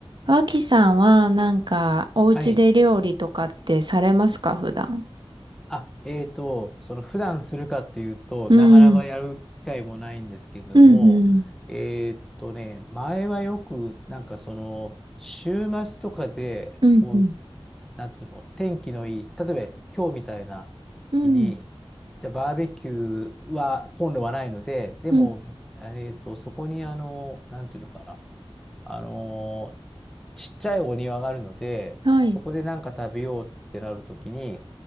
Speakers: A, on the right (about 50°); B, in the centre.
A: 脇さんはなんかお家で料理とかってされますか普段。
B: はい。あ、えーと、その普段するかっていうと、
A: うん。
B: なかなかやる機会もないんですけれども、
A: うんうん。
B: えーとね、前はよく、なんかその、週末とかで、
A: うんうん。
B: こう、なんていうの、天気のいい、例えば今日みたいな日に、
A: うん
B: じゃあバーベキューは、今度はないので、でも、
A: うん。
B: えーと、そこにあの、なんていうのかな、あのーちっちゃいお庭があるので、
A: はい。
B: そこでなんか食べようってなるときに、